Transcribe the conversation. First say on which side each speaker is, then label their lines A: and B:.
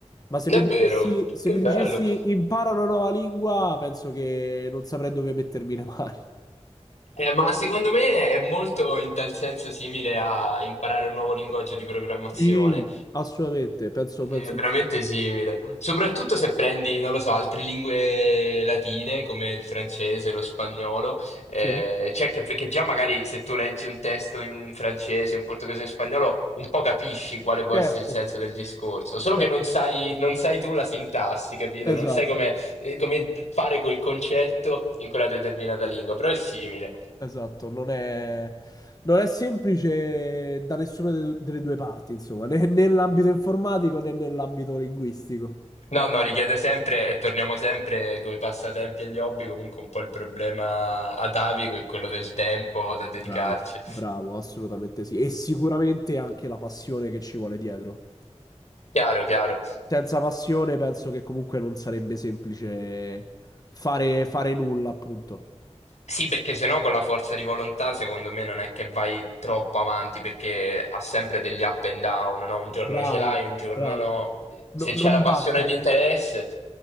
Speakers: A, on the left; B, on the left.
A: Ma se
B: Davvero?
A: mi dicessi, se
B: Che
A: mi
B: bello.
A: dicessi impara una nuova lingua, penso che non saprei dove mettermi le mani.
B: Eh, ma secondo me è molto in tal senso simile a imparare un nuovo linguaggio di programmazione.
A: Sì, assolutamente, penso, penso
B: È veramente
A: di sì.
B: simile. Soprattutto se prendi, non lo so, altre lingue latine come il francese, lo spagnolo, eh,
A: Sì.
B: cioè che, che già magari se tu leggi un testo in francese, in portoghese, in spagnolo, un po' capisci quale può
A: Certo,
B: essere il senso del discorso, solo
A: certo.
B: che non sai, non sai tu la sintassi, capito?
A: Esatto.
B: Non sai come, eh, come fare quel concetto in quella determinata lingua, però è simile.
A: Esatto, non è, non è semplice da nessuna de- delle due parti, insomma, né nell'ambito informatico né nell'ambito linguistico.
B: No, no, richiede sempre, e torniamo sempre con i passatempi e gli hobby, comunque un po' il problema atavico è quello del tempo da dedicarci.
A: Bravo. Bravo, assolutamente sì. E sicuramente anche la passione che ci vuole dietro.
B: Chiaro, chiaro.
A: Senza passione penso che comunque non sarebbe semplice fare, fare nulla, appunto.
B: Sì, perché se no con la forza di volontà secondo me non è che vai troppo avanti, perché ha sempre degli up and down, no? Un giorno
A: Bravo,
B: ce l'hai, un giorno
A: bravo.
B: no.
A: No-
B: Se c'è
A: non
B: la passione
A: basta.
B: e l'interesse.